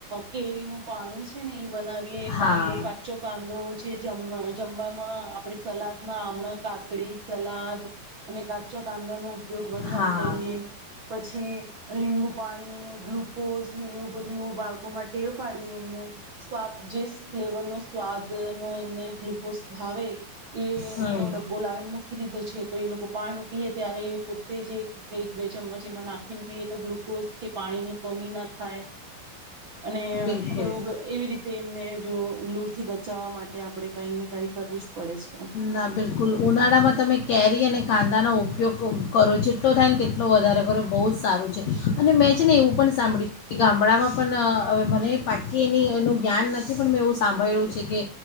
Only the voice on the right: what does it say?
કેરીનું પાણી છે ને બનાવીએ
કાંદો કાચો કાંદો છે. જમ જમવામાં આપણે સલાદમાં આમણો કાકડી સલાદ અને કાચો કાંદા નુ ઉપયોગ વધારે
કરીએ પછી લીંબુ પાણી ને ગ્લુકોઝ ને એવું બધું બાળકોમાં ટેવ પાડી એમને સ્વાદ જે ફ્લેવર નો સ્વાદ નો એમને ગ્લુકોઝ ધાવે એ
એનો ડબ્બો લાવી નાી દીધો છે તો એ લોકો પાણી પીએ ત્યારે એ પોતે જે એક બે ચમ્મચ એમાં નાખ ન પીએ તો ગ્લુકોઝ કે પાણી ની કમી ના થાય. અને એવું
એવી રીતે એમને જો લ થી બચાવવા માટે આપણે કઈ ને કઈ કરવું પડે છે